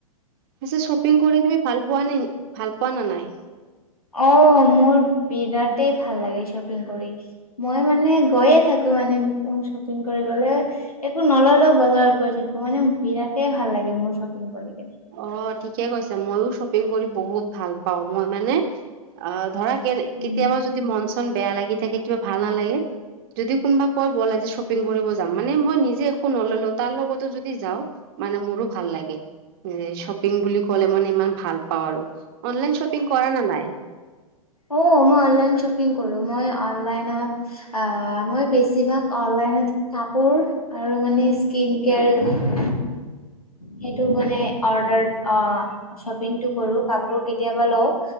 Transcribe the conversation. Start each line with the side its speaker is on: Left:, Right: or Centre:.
Right: পিছে শ্বপিং কৰি তুমি ভাল পোৱা নে ভাল পোৱা না নাই?
Left: অঁ, মোৰ বিৰাটেই ভাল লাগে শ্বপিং কৰি। মই মানে গৈয়ে থাকো মানে শ্বপিং কৰিবলৈ। একো নল'লেও বজাৰত গৈ থাকো মানে বিৰাটেই ভাল লাগে মোৰ শ্বপিং কৰি কিনে।
Right: অঁ ঠিকে কৈছে ময়ো শ্বপিং কৰি বহুত ভাল পাওঁ, মই মানে অঁ ধৰা কেনে কেতিয়াবা
Left: উম
Right: যদি মন চন বেয়া লাগি থাকে কিবা ভাল নালাগে, যদি কোনোবা কয় বল আজি শ্বপিং কৰিব যাম, মানে মই নিজে একো নললো তাৰ লগতো যদি যাওঁ মানে মোৰো ভাল লাগে। এই শ্বপিং বুলি ক'লে মানে ইমান ভাল পাওঁ আৰু, অনলাইন শ্বপিং কৰা না নাই?
Left: অঁ, মই অনলাইন শ্বপিং কৰোঁ, মই অনলাইনত অঁ মই বেছিভাগ অনলাইনত কাপোৰ আৰু মানে স্কিন কেয়াৰ সেইটো মানে অৰ্ডাৰ অঁ, শ্বপিংটো কৰো কাপোৰ কেতিয়াবা লওঁ।